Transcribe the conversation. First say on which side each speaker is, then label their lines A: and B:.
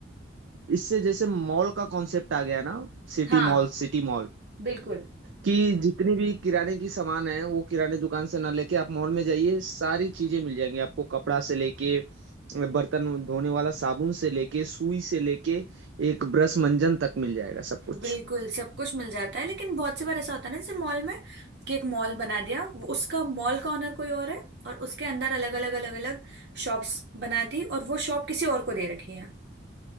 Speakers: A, on the right; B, on the right.
A: इससे जैसे मॉल का कॉन्सेप्ट आ गया ना सिटी
B: हाँ
A: मॉल सिटी मॉल
B: बिल्कुल
A: कि जितनी भी किराने की सामान है वो किराने दुकान से ना लेके आप मॉल में जाइए सारी चीजें मिल जाएंगी आपको कपड़ा से लेके बर्तन धोने वाला साबुन से लेके सुई से लेके एक ब्रश मंजन तक मिल जाएगा सब कुछ
B: बिल्कुल सब कुछ मिल जाता है लेकिन बहुत सी बार ऐसा होता है ना जैसे मॉल में कि एक मॉल बना दिया वो- उसका मॉल का ओनर कोई और है और उसके अंदर अलग अलग अलग अलग शॉप्स बना दी और वो शॉप किसी और को दे रखी है